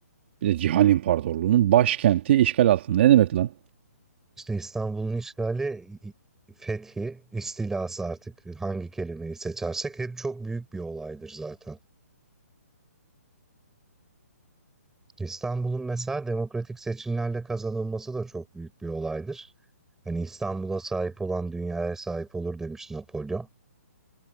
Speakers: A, on the right; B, in the centre.
A: bir de cihan imparatorluğunun başkenti işgal altında. Ne demek lan?
B: İşte İstanbul'un işgali, i- i- fethi, istilası artık hangi kelimeyi seçersek hep çok büyük bir olaydır zaten. İstanbul'un mesela demokratik seçimlerle kazanılması da çok büyük bir olaydır. Hani İstanbul'a sahip olan dünyaya sahip olur demiş Napolyon.